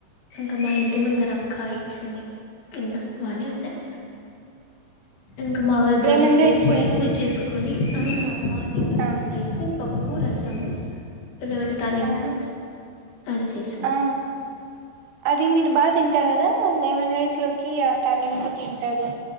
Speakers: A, on the left (about 70°); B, on the right (about 85°).
A: ఇంకా మా ఇంటి ముంద రక్క ఇచ్చింది కింద బానే ఉండాయ్ ఇంకా మా అవ్వ గోరి
B: లెమన్
A: దగ్గరికి
B: రైస్
A: పోయి
B: చేయరా
A: పూజ చేసుకొని ఆ మార్నింగ్
B: ఆ
A: ఏమన్ రైస్ పప్పు రసము ఏళ్ళిగడ్డ తాలింపు
B: ఆ
A: అది చేసింది
B: ఆ అది మీరు బాగా తింటారు కదా లెమన్ రైస్ లోకి ఆ తాలింపు తింటారు